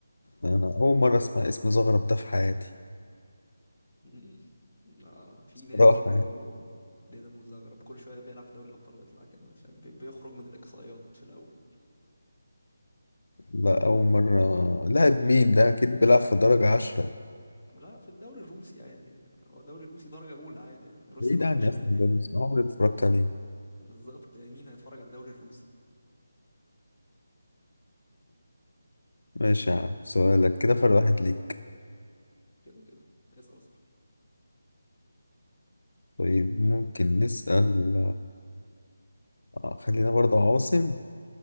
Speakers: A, on the left; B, on the left.
A: انا اول مرة اسمع اسم زغرب ده في حياتي
B: مم. لا لا في نادي
A: صراحة
B: اسمه
A: يعني
B: دينامو زغرب كل شويه بيلعب في دوري الابطال ويطلع كده فاهم؟ بي- بيخرج من الاقصائيات في الاول
A: لا أول مرة لاعب مين ده أكيد بيلعب في درجة عشرة
B: لا في الدوري الروسي عادي يعني. هو دوري روسي درجه اولى عادي يعني. روسيا
A: بعيد
B: ما فيهاش
A: عني اصلا
B: انديه
A: ده بس عمري ما اتفرجت عليه
B: بالظبط يعني مين هيتفرج على الدوري الروسي
A: ماشي يا عم سؤالك كده فرق واحد ليك
B: كده كده اسأل يا صاحبي
A: طيب ممكن نسأل آه، خلينا برضه عواصم